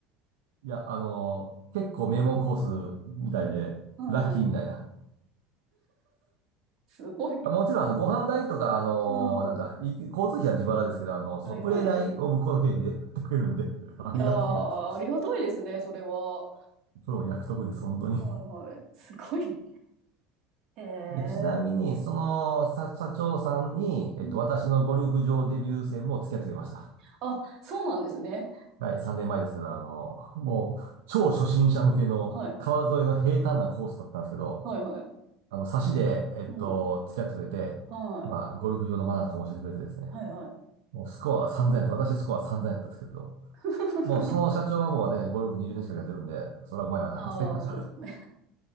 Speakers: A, on the right (about 80°); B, on the right (about 60°).
A: <laughs> いや、あの、
B: うん。
A: 結構名門コースみたいで、
B: んはいはい。
A: ラッキーみたいな。
B: すごい。
A: もちろん、あの、ご飯代とか、あの、
B: うん。
A: なんだ、
B: は
A: い交通費は自腹ですけど、あの、そのプレー代を向こうの経費で
B: いはい。
A: <laughs> やってくれるんで、<laughs> ありがてえなと。
B: いやー、ありがたいですね、それは。
A: これも約束です、本当に。
B: はいはい。すごい。へえ。
A: で、ちなみに、その、
B: うん
A: さ社長さんに、
B: うん。
A: えっと、私のゴルフ場デビュー戦も付き合ってくれました。
B: あ、そうなんですね。
A: はい、3年前ですけど、あの、もう、超初心者向けの川沿いの平坦なコースだったんですけど、
B: はい。はいはい。
A: あの、差しで、えっと、
B: うん。
A: 付き合ってくれて、
B: はい。
A: まあ、ゴルフ場のマナーとかも教えてくれてですね、
B: はいはい。
A: もうスコアは3000やった。私スコア3000やったんですけど、
B: <laughs>
A: もうその社長はもうね、ゴルフ20年近くやってるんで、それはうまいわな、
B: ああ、
A: みたいな。
B: そうですね。